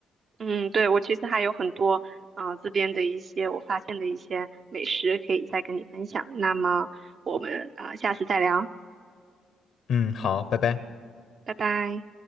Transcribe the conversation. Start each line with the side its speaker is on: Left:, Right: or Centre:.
Right: 嗯，对，我其实还有很多啊、呃这边的一些我发现的一些美食可以再跟你分享。那么我们啊、呃下次再聊，
Left: 嗯，好，拜拜。
Right: 拜拜。